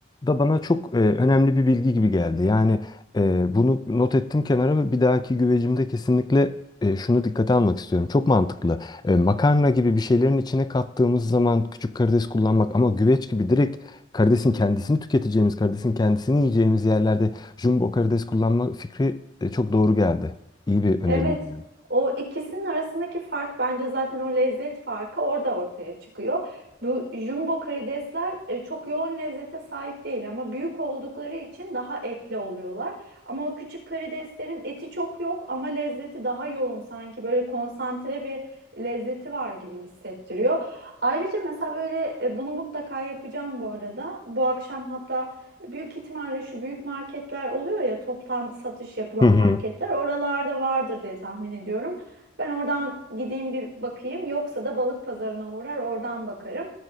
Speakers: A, on the left; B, on the right.
A: da bana çok e, önemli bir bilgi gibi geldi. Yani e, bunu not ettim kenara ve bir dahaki güvecimde kesinlikle e, şunu dikkate almak istiyorum. Çok mantıklı. E, makarna gibi bir şeylerin içine kattığımız zaman küçük karides kullanmak ama güveç gibi direkt karidesin kendisini tüketeceğimiz, karidesin kendisini yiyeceğimiz yerlerde Jumbo karides kullanma fikri e, çok doğru geldi. İyi bir öneri.
B: Evet,
A: yani.
B: o ikisinin arasındaki fark bence zaten o lezzet farkı orada ortaya çıkıyor. Bu jumbo karidesler e, çok yoğun lezzete sahip değil ama büyük oldukları için daha etli oluyorlar. Ama o küçük karideslerin eti çok yok ama lezzeti daha yoğun sanki böyle konsantre bir lezzeti var gibi hissettiriyor. Ayrıca mesela böyle e, bunu mutlaka yapacağım bu arada. Bu akşam hatta Büyük ihtimalle şu büyük marketler oluyor ya toptan satış yapılan
A: Hı hı.
B: marketler oralarda vardır diye tahmin ediyorum. Ben oradan gideyim bir bakayım yoksa da balık pazarına uğrar oradan bakarım.